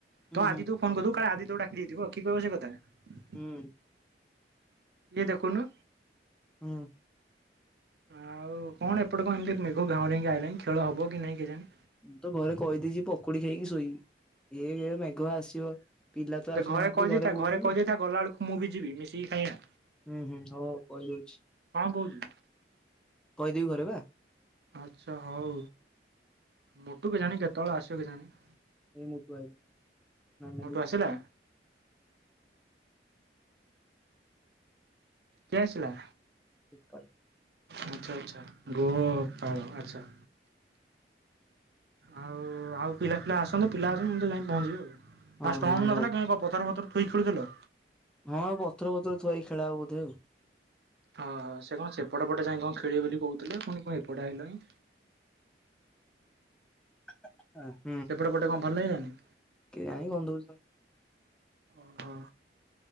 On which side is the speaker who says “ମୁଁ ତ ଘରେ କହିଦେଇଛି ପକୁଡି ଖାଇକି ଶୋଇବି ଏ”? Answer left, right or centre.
Centre